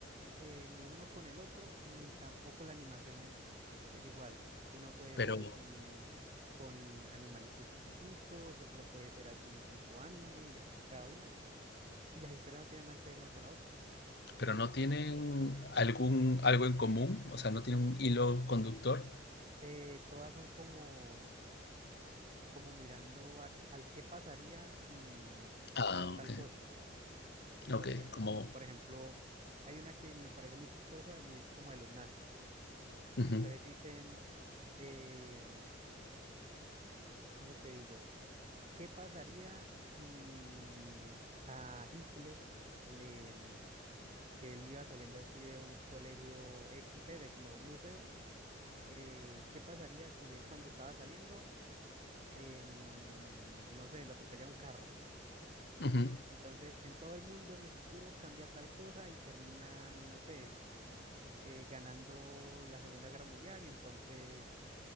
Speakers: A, on the right; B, on the left.
A: eh, ni uno con el otro, ni tampoco la animación es, es igual. Uno puede
B: Pero
A: ser así con animalitos chiquiticos, otro puede ser así tipo anime y así cada una. Y las historias no tienen nada que ver una con la otra.
B: Pero no tienen algún algo en común, o sea, no tienen un hilo conductor.
A: Eh, todas son como como mirando a qué- al qué pasaría si
B: Ah,
A: fuera tal
B: okey,
A: cosa. Entonces,
B: okey, como
A: por ejemplo, hay una que me parece muy chistosa y es como de los nazis.
B: ujú,
A: Entonces dicen, em, ¿cómo te digo? ¿Qué pasaría si a Hitler le, em, que él iba saliendo así de un colegio X, ve, de como de un museo, eh, ¿qué pasaría si él cuando estaba saliendo, em, no sé, lo atropellara un carro?
B: ujú,
A: Entonces, en todo el mundo en el futuro cambia tal cosa y terminan, no sé, eh, ganando la Segunda Guerra Mundial y entonces,